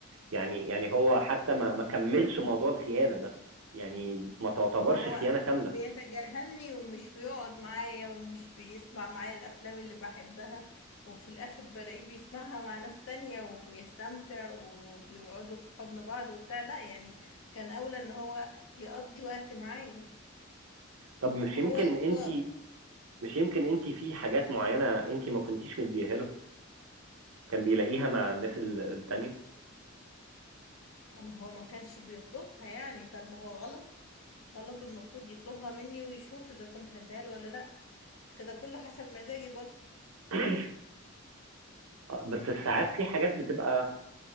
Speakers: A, on the right (about 90°); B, on the left (about 70°).
A: يعني يعني هو حتى ما ما كملش موضوع الخيانه ده يعني ما تعتبرش
B: ما هو
A: خيانه كامله
B: بيتجاهلني ومش بيقعد معايا ومش بيسمع معايا الافلام اللي بحبها وفي الاخر بلاقيه بيسمعها مع ناس تانية وبيستمتع وبيقعدوا في حضن بعض وبتاع لا يعني كان اولى ان هو يقضي وقت معايا
A: طب مش يمكن
B: هو اللي
A: انت
B: اختار
A: مش يمكن انت في حاجات معينة انت ما كنتيش مديها له كان بيلاقيها مع الناس ال- التانية
B: اما هو ما كانش بيطلبها يعني طب ما هو غلط غلط والمفروض يطلبها مني ويشوف اذا كنت هديها له ولا لا كده كله حسب مزاجي برضه
A: <clears throat> آه، بس ساعات في حاجات بتبقى